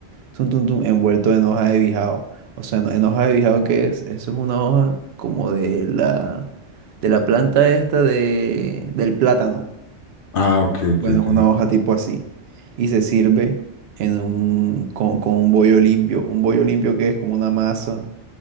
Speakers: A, on the right; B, on the left.
A: Tum, tum, tum, envuelto en hoja de bijao. O sea, en hoja de bijao, ¿qué es? Eso es una hoja como de la, de la planta esta de, del plátano.
B: Ah, ok, ok,
A: Bueno,
B: ok.
A: es una hoja tipo así. Y se sirve en un, con, con un bollo limpio. Un bollo limpio que es como una masa,